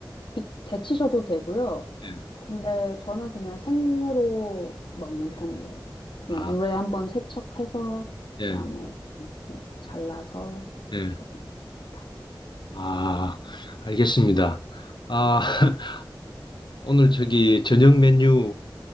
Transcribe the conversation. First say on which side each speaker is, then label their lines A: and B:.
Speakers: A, on the left; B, on the left.
A: 이- 데치셔도 되고요.
B: 예.
A: 근데 저는 그냥 생으로 먹는 편이에요. 그냥
B: 아,
A: 물에 한번 세척해서
B: 예,
A: 그다음에 네, 잘라서
B: 예.
A: 먹습니다.
B: 아, 알겠습니다. 아, <laughs> 오늘 저기 저녁 메뉴